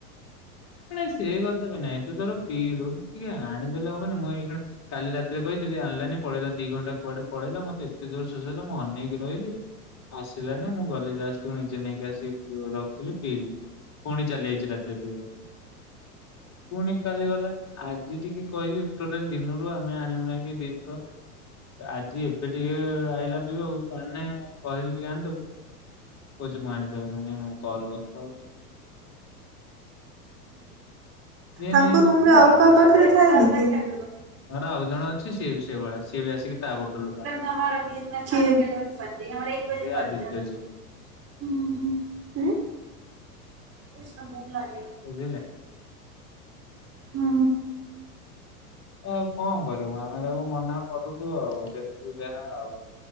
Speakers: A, on the left; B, on the right.
A: ନାଇଁ ସେ କଥା ବି ନାଇଁ ତୁ ତୋର ପିିଇଲୁ ଟିକେ ଆଣିଦେଲେ ହବନି ମୁଁ ଏଇକ୍ଷୀଣା କାଲି ରାତିରେ କହିଥିଲି ଆଣିଲାନି ପଳେଇଲା ଦି ଘଣ୍ଟା କୁଆଡେ ପଳେଇଲା ମତେ ଏତେ ଯୋର ଶୋଷ ହେଲା ମୁଁ ଅନେଇକି ରହିଲି ଆସିଲାନି ମୁଁ ଗଲି ଲାଷ୍ଟ ତୁ ନିଜେ ନେଇକି ଆସିକି ପୁ ରଖିଲି ପିଇବି ପୁଣି ଚାଲିଆଇଚି ରାତିରେ ପିଇବାକୁ। ପୁଣି କାଲିଗଲା ଆଜି ଟିକେ କହିଲି ଟୋଟାଲ ଦିନରୁ ଆମେ ଆଣି ଉଣାଇକି ଦି ଥର ଆଜି ଏବେ ଟିକେ ଆଇଲା ପିଇବା ଆଉ ପାଣି ନାହିଁ ମୁଁ କହିଲି ଟିକେ ଆଣିଦବୁ କହୁଚି ମୁଁ ଆଣିପାରିବିନି କଲ ରେ କଥା ହଉଚି। ଇଏ
B: ତାଙ୍କ
A: ନାଇଁ ସେ
B: ରୁମ
A: ପିଇବ।
B: ରେ ଆଉ କାହା ପାଖରେ ହୋଉନିକି
A: ହେଟା ଆଉ ଜଣ ଅଛି ସିଏ ବି ସେଇଭଳିଆ ସିଏ ବି ଆସିକି ତା ବୋତଲ ରୁ ପାଣି
B: କିଏ? ହୁଁ
A: ସେ ଆଦିତ୍ୟଜୀ
B: ହୁଁ ହେଁ?
A: ବୁଝିଲେ?
B: ହୁଁ।
A: ଆଉ କଣ କରିବୁ ଆମେ ତାକୁ ମନା କରୁଚୁ ଆଉ ଯେତିକି ଯାହା ଆଉ।